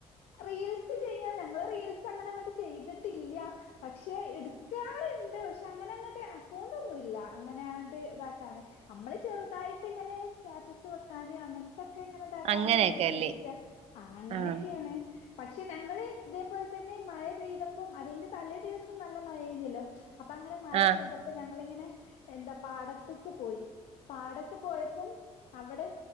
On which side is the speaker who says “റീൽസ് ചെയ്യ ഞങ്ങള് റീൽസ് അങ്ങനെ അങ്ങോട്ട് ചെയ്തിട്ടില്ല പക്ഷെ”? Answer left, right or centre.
Left